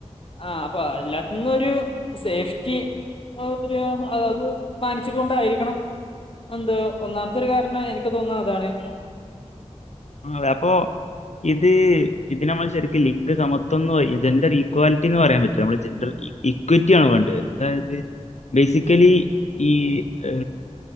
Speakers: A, on the left (about 50°); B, on the left (about 70°).
A: ആ അപ്പോ അല്ലാത്തിന്നു ഒരു സേഫ്റ്റി ഒരു അത് മാനിച്ചത് കൊണ്ടായിരിക്കണം എന്ത് ഒന്നാമത്തെ ഒരു കാരണം എനിക്ക് തോന്നുന്നത് അതാണ്
B: ആ അതെ അപ്പോ ഇത് ഇതിന നമ്മൾ ശരിക്ക് ലിംഗ സമത്വം എന്ന് പറ ജെൻഡർ ഈക്വാലിറ്റി എന്ന് പറയാൻ പറ്റില്ല നമ്മള് ജെൻഡർ ഇക്വിറ്റി ആണ് വേണ്ടത് അതായത് ബേസിക്കലി ഈ ഏ